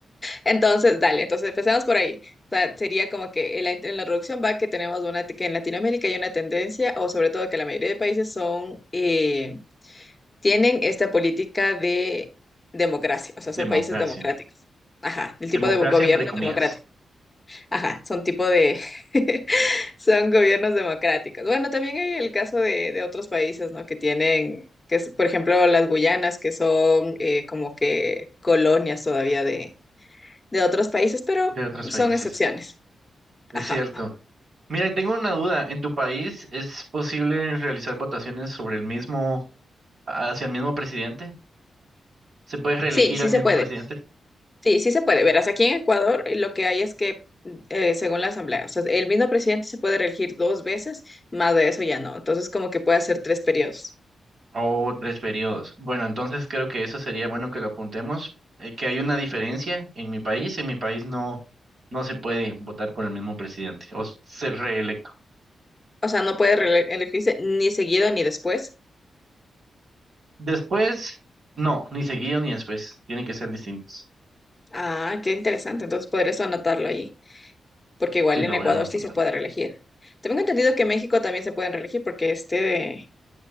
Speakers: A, on the left; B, on the right.
A: Entonces, dale, entonces empecemos por ahí. O sea, sería como que en la, en la introducción va que tenemos una, que en Latinoamérica hay una tendencia, o sobre todo que la mayoría de países son, eh, tienen esta política de democracia, o sea, son
B: Democracia.
A: países democráticos. Ajá, el
B: Democracia
A: tipo de gobierno
B: entre comillas,
A: es democrático. Ajá, son tipo de, <laughs> son gobiernos democráticos. Bueno, también hay el caso de, de otros países, ¿no? Que tienen, que es, por ejemplo, las Guyanas, que son eh, como que colonias todavía de, de otros países, pero
B: de otros
A: son
B: países.
A: excepciones. Ajá.
B: Es cierto. Mira, y tengo una duda. ¿En tu país es posible realizar votaciones sobre el mismo, hacia el mismo presidente? ¿Se puede reelegir
A: Sí, sí
B: al mismo
A: se puede.
B: presidente?
A: Sí, sí se puede. Verás, aquí en Ecuador eh, lo que hay es que, eh, según la Asamblea, o sea, el mismo presidente se puede reelegir dos veces, más de eso ya no. Entonces, como que puede hacer tres periodos.
B: O tres periodos. Bueno, entonces creo que eso sería bueno que lo apuntemos, eh, que hay una diferencia en mi país. En mi país no, no se puede votar por el mismo presidente o ser reelecto.
A: O sea, no puede reele- elegirse ni seguido ni después.
B: Después, no, ni seguido ni después. Tienen que ser distintos.
A: Ah, qué interesante. Entonces podrías anotarlo ahí, porque igual
B: Sí, lo
A: en Ecuador
B: voy a apuntar.
A: sí se puede reelegir. Tengo entendido que en México también se pueden reelegir, porque este